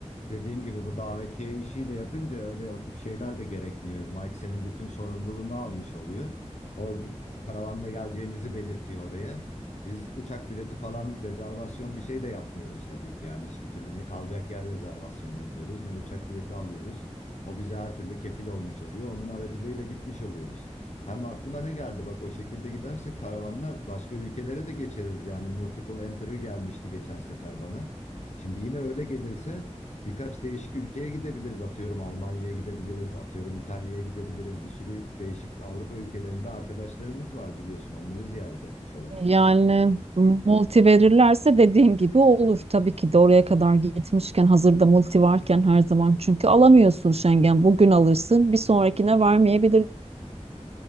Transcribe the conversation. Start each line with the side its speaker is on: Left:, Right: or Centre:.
Left: Dediğim gibi bu davetiye işiyle yapınca öyle o tip şeyler de gerekmiyor. Mike senin bütün sorumluluğunu almış oluyor. O karavanda geleceğimizi belirtiyor oraya. Biz uçak bileti falan rezervasyon bir şey de yapmıyoruz tabii ki. Yani hiçbir türlü ne kalacak yer rezervasyonu yapıyoruz ne uçak bileti alıyoruz. O bize her türlü kefil olmuş oluyor. Onun aracılığıyla gitmiş oluyoruz. Hem aklıma ne geldi bak o şekilde gidersek karavanla başka ülkelere de geçeriz. Yani multiple entry gelmişti geçen sefer bana. Şimdi yine öyle gelirse Birkaç değişik ülkeye gidebiliriz atıyorum Almanya'ya gidebiliriz atıyorum İtalya'ya gidebiliriz bir sürü değişik Avrupa ülkelerinde arkadaşlarımız var biliyorsun onları ziyaret etmiş olabiliriz
Right: Yani
Left: belki.
Right: multi verirlerse dediğin gibi olur. Tabii ki de oraya kadar gitmişken hazırda multi varken her zaman çünkü alamıyorsun Schengen. Bugün alırsın bir sonrakine vermeyebilirler.